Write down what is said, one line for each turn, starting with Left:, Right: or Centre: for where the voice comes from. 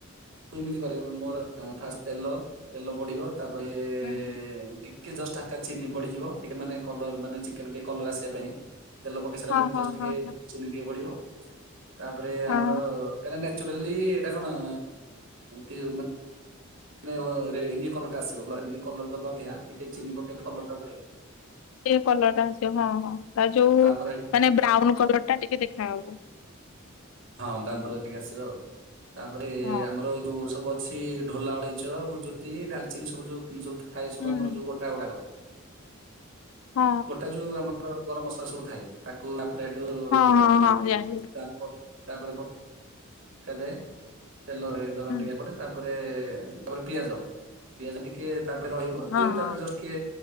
Right: ଏମତି କରିବ ମୋର ଫାଷ୍ଟ ତେଲ ତେଲ ପଡିବ ତାପରେ-
Left: ହୁଁ ହୁଁ
Right: ଟିକେ ଜଷ୍ଟ ହାକା ଚିନି ପଡିଯିବ ଟିକେ ମାନେ କଲର ମାନେ ଚିକେନ ଟିକେ କଲର ଆସିବା ପାଇଁ ତେଲ ପକେଇ ସାରିଲା
Left: ହଁ
Right: ପରେ
Left: ହଁ
Right: ଜଷ୍ଟ ଟିକେ
Left: ହଁ ହଁ
Right: ଚିନିିକେ ପଡିବ। ତାପରେ
Left: ହଁ
Right: ଆମର କାଁନ୍ୟାଚୁରାଲି ଏଇଟା କଣ କି ମାନ ଇ କଲର ଟା ଆସିବ କର ଟେ ଚିନି ପକେଇ କଲର ଟା ବଢିଆ ହିବ।
Left: ସେ କଲର ଟା ଅସ ହଁ ହଁ ତା ଯୋଉ
Right: ତାପରେ
Left: ମାନେ ବ୍ରାଉନ କଲର ଟା ଟିକେ ଦେଖାହବ।
Right: ହଁ ବ୍ରାମ ଟିକେ ଆସିବା ଆଉ ତାପରେ
Left: ହଁ
Right: ଆମର ଏଇ ଯୋଉ ସବୁ ଅଛି ଢୋଲା ଅଳେଇଚ ଗୁଜୁତି ଡାଲଚିନି ସବୁ ଯୋଉ ସବୁ ଥାଏ ସବୁ
Left: ହୁଁ।
Right: ଆମର ଯୋଉ ଗୋଟା ଗୁଡାକ
Left: ହଁ
Right: ଗୋଟେ ଯୋଉ ଆମର ଗରମ ମସଲା ସବୁ ଥାଏ ତାକୁ ବ୍ରେଡ଼-
Left: ହଁ ହଁ
Right: ଉଁ-ତାପ
Left: ହଁ ଜାଣିଲି
Right: ତାପରେ ପ- ପକାଯାଏ ତେଲ ଗରମ
Left: ହୁଁ
Right: ଟିକେ ତାପରେ ତାପରେ ପିଆଜ ପିଆଜ ଟିକେ ତାପରେ ରହିବ
Left: ହଁ
Right: ଟିକେ
Left: ହଁ
Right: ତାପରେେ ଜଷ୍ଟ ଟିକେ